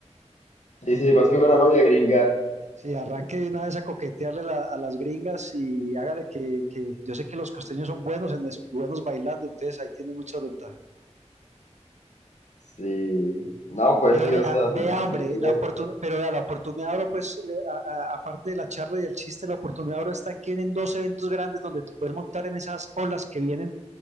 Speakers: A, on the left; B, on the right.
A: Sí, sí, consigo una novia gringa.
B: Sí, arranque de una vez a coquetearle la- a las gringas y hágale que, que yo sé que los costeños son buenos en eso, buenos bailando, entonces ahí tienen muchas ventajas.
A: Sí. No, pues
B: Pero
A: sí,
B: vea,
A: o sea,
B: vea,
A: siempre nos
B: hombre,
A: dicen
B: la
A: eso.
B: oportunidad, pero vea, la oportunidad ahora, pues, eh, a- a- aparte de la charla y el chiste, la oportunidad ahora está en que vienen dos eventos grandes donde te puedes montar en esas olas que vienen